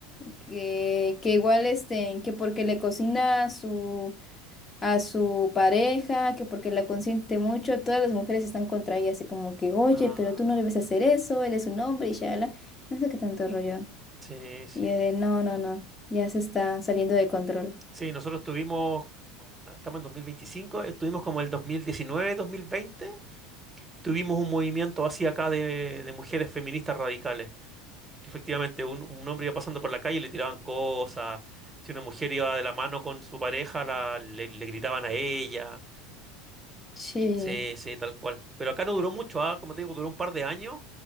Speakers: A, on the left; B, on the right.
A: que, que igual, este, que porque le cocina su a su pareja, que porque la consiente mucho, todas las mujeres están contra ella, así como que, oye,
B: Ah,
A: pero tú no debes hacer eso, él es un hombre y ya, no sé qué tanto rollo.
B: sí, sí.
A: Y yo de, no, no, no, ya se está saliendo de control.
B: Sí, nosotros tuvimos, estamos en 2025, estuvimos como el 2019, 2020, tuvimos un movimiento así acá de, de mujeres feministas radicales. que Efectivamente, un, un hombre iba pasando por la calle y le tiraban cosas. Si una mujer iba de la mano con su pareja, la- le, le gritaban a ella.
A: Sí.
B: Qui- Sí, sí, tal cual. Pero acá no duró mucho, ah, Como te digo, duró un par de años